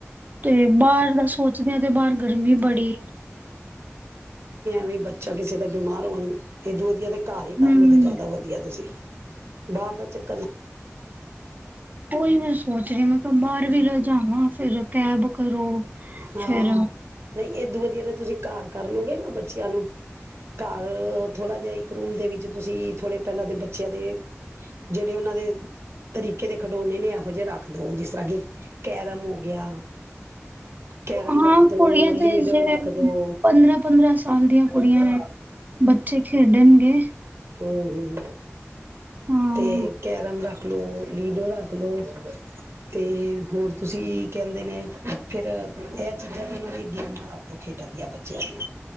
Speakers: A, on the right; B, on the right.
A: ਤੇ ਬਾਹਰ ਦਾ ਸੋਚਦੇ ਹਾਂ ਤੇ ਬਾਹਰ ਗਰਮੀ ਬੜੀ
B: ਵੀ ਬੱਚਾ ਕਿਸੇ ਦੇ ਬਿਮਾਰ ਹੋਣ ਇਦੂ ਵਦੀਆਂ ਤੇ ਘਰ ਹੀ ਕਰਲੋ
A: ਹਮ
B: ਤੇ ਜ਼ਿਆਦਾ ਵਧੀਆ ਤੁਸੀਂ ਬਾਹਰ ਦਾ ਚੱਕਕਰ
A: ਕੋਈ ਮੈਂ ਸੋਚ ਰਹੀ ਮੈਂ ਕਿਹਾ ਬਾਹਰ ਵੀ ਲੈਜਵਾਂ ਫਿਰ ਕੈਬ ਕਰੋ
B: ਹਾਂ
A: ਫਿਰ
B: ਨਹੀਂ ਏਦੋ ਵਧੀਆ ਤੇ ਤੁਸੀਂ ਘਰ ਕਰਲੋਗੇ ਨਾ ਬੱਚਿਆਂ ਨੂੰ ਘਰ ਥੋੜਾ ਜਿਹਾ ਇੱਕ ਰੂਮ ਦੇ ਵਿੱਚ ਤੁਸੀਂ ਥੋੜੇ ਪਹਿਲਾਂ ਦੇ ਬੱਚਿਆਂ ਦੇ ਜਿਹੜੇ ਉਹਨਾਂ ਦੇ ਤਰੀਕੇ ਦੇ ਖਿਡੋਣੇ ਨੇ ਇਹੋ ਜਿਹੇ ਰੱਖ ਦੋ ਜਿਸ ਤਰ੍ਹਾਂ ਕਿ ਕੈਰਮ ਹੋ ਗਿਆ ਕੈਰਮ
A: ਹਾਂ
B: ਰੱਖ ਦੋ
A: ਕੁੜੀਆਂ
B: ਲੀਡੋ
A: ਤੇ ਜੇ
B: ਰੱਖ ਦੋ
A: ਪੰਦਰਾਂ ਪੰਦਰਾਂ ਸਾਲ ਦੀਆਂ ਕੁੜੀਆਂ ਨੇ ਬੱਚੇ ਖੇਡਣਗੇ
B: ਹਮ ਹਮ
A: ਹਾਂ
B: ਤੇ ਕੈਰਮ ਰੱਖ ਲੋ ਲੀਡੋ ਰੱਖ ਲੋ ਤੇ ਹੋਰ ਤੁਸੀਂ ਕਹਿੰਦੇ ਨੇ ਫਿਰ ਇਹ ਚੀਜ਼ਾਂ ਤੇ ਇਹਨਾਂ ਦੀਆਂ ਗੇਮਾਂ ਰੱਖ ਦੋ ਖੇਡਣ ਦੀਆਂ ਬੱਚਿਆਂ ਦੀਆਂ